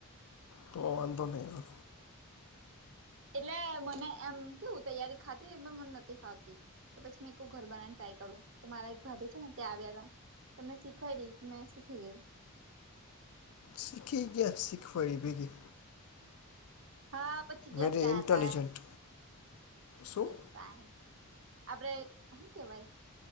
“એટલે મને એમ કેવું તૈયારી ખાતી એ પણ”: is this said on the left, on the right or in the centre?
Right